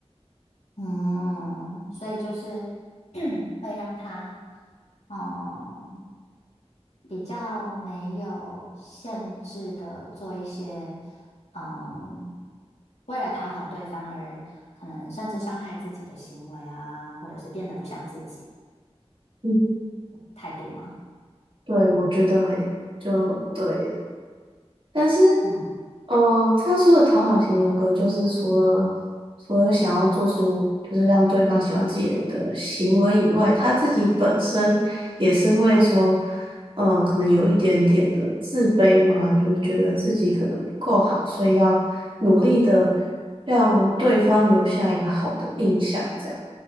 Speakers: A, on the left (about 80°); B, on the right (about 55°).
A: 嗯，所以就是 <clears throat> 会让他嗯比较没有限制的做一些嗯，为了讨好对方而可能甚至伤害自己的行为啊，或者是变得不像自己
B: 嗯，
A: 态度嘛。
B: 对，我觉得很，就对，但是，
A: 嗯
B: 呃，他说的讨好型人格就是除了除了想要做出就是让对方喜欢自己的行为以外，他自己本身也是会说，呃，可能有一点点的自卑嘛，就是觉得自己可能不够好，所以要努力的让对方留下一个好的印象，这样。